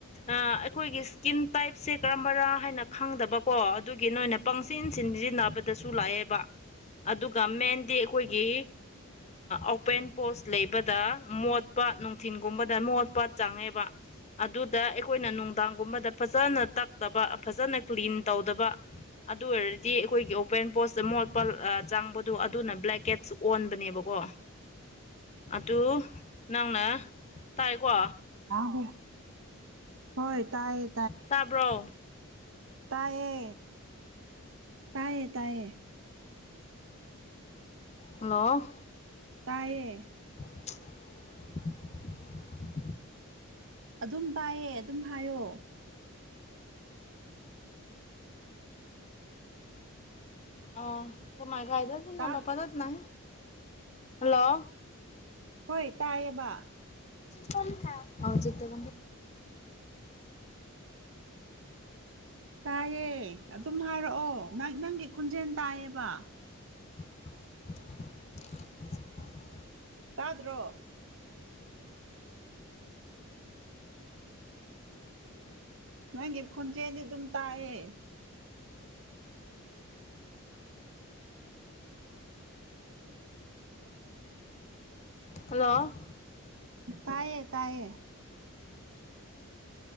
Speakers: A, on the left; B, on the right.
A: ꯑꯩꯈꯣꯏꯒꯤ ꯁ꯭ꯀꯤꯟ ꯇꯥꯏꯞꯁꯦ ꯀꯔꯝꯕꯔꯥ ꯍꯥꯏꯅ ꯈꯪꯗꯕꯀꯣ ꯑꯗꯨꯒꯤ ꯀ ꯅ ꯑꯣꯏꯅ ꯄꯪꯁꯤꯟ ꯁꯤꯟꯖꯤꯟꯅꯕꯗꯁꯨ ꯂꯥꯛꯑꯦꯕ ꯑꯗꯨꯒ ꯃꯦꯟꯗꯤ ꯑꯩꯈꯣꯏꯒꯤ ꯑꯣꯄꯦꯟ ꯄꯣꯁ ꯂꯩꯕꯗ ꯃꯣꯠ ꯄ ꯅꯨꯡꯊꯤꯟꯒꯨꯝꯕꯗ ꯃꯣꯠ ꯄꯠ ꯆꯪꯉꯦꯕ ꯑꯗꯨꯗ ꯑꯩꯈꯣꯏꯅ ꯅꯨꯡꯗꯥꯡꯒꯨꯝꯕꯗ ꯐꯖꯅ ꯇꯛꯇꯕ ꯐꯖꯅ ꯀ꯭ꯂꯤꯟ ꯇꯧꯗꯕ ꯑꯗꯨ ꯑꯣꯏꯔꯗꯤ ꯑꯩꯈꯣꯏꯒꯤ ꯑꯣꯄꯦꯟ ꯄꯣꯁꯇ ꯃꯣꯠꯄ ꯆꯪꯕꯗꯣ ꯑꯗꯨꯅ ꯕ꯭ꯂꯦꯛꯀꯦꯠꯁ ꯑꯣꯟꯕꯅꯦꯕꯀꯣ ꯑꯗꯨ ꯅꯪꯅ ꯇꯥꯏꯀꯣ
B: ꯍꯣꯏ ꯍꯣꯏ ꯇꯥꯏ
A: ꯇꯥꯕ꯭ꯔꯣ
B: ꯇꯌꯦ ꯇꯌꯦ ꯇꯌꯦ
A: ꯍꯜꯂꯣ
B: ꯇꯌꯦ
A: <unintelligible>
B: ꯑꯗꯨꯝ ꯄꯥꯏꯌꯦ ꯑꯗꯨꯝ ꯍꯥꯏꯌꯣ
A: ꯑ ꯀꯃꯥꯏ ꯀꯥꯏꯗ ꯅ
B: ꯇꯥ
A: ꯂꯣ ꯄꯗ ꯅ ꯍꯜꯂꯣ
B: ꯍꯣꯏ ꯇꯥꯏꯌꯦꯕ
A: ꯆ ꯀ ꯊꯣ
B: ꯇꯥꯏꯌꯦ ꯑꯗꯨꯝ ꯍꯥꯏꯔꯛꯑꯣ ꯅꯪ ꯅꯪꯒꯤ ꯈꯣꯟꯖꯦꯜ ꯇꯥꯏꯌꯦꯕ
A: <unintelligible>
B: ꯇꯥꯗ꯭ꯔꯣ ꯅꯪꯒꯤ ꯈꯨꯟꯆꯦꯗꯤ ꯑꯗꯨꯝ ꯇꯥꯏꯑꯌꯦ
A: ꯍꯜꯂꯣ
B: ꯇꯥꯌꯦ ꯇꯥꯌꯦ